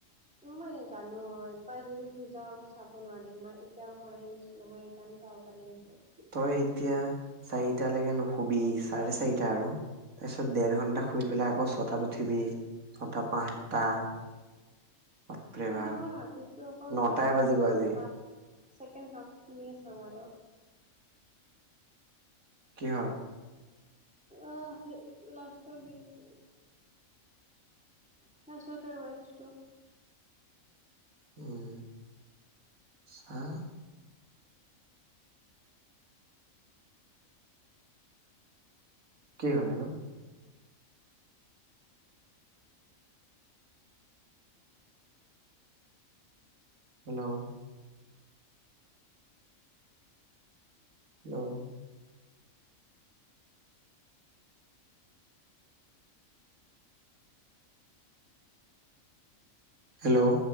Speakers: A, in the centre; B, on the right (about 80°).
A: মই জানো একবাৰ যদি শুই যাওঁ, মই চাব নোৱাৰিম। মই এতিয়াও শুবাই নাছিলো মই সেইকাৰণে চাব পাৰি আছোঁ।
B: তই এতিয়া চাৰিটালৈকে নুশুবি, চাৰে-চাৰিটা আৰু। তাৰপিছত ডেৰ-ঘন্টা শুই পেলাই আকৌ ছটাত উঠিবি, ছটা পা আঠটা। <inaudible> বাপ
A: মই ভাবিছোঁ অকল
B: নটাই
A: <unintelligible>
B: বাজিব আজি
A: ছেকেণ্ড হাফখিনিয়ে চাম আৰু।
B: কিহৰ?
A: আহ, সেই লাষ্টৰ গেম'টো। ছাৰে-ছটা মেটচটো।
B: উম, চাহ! কি হয় ন'? হেল্ল'ও। হেল্ল'ও। হেল্ল'ও।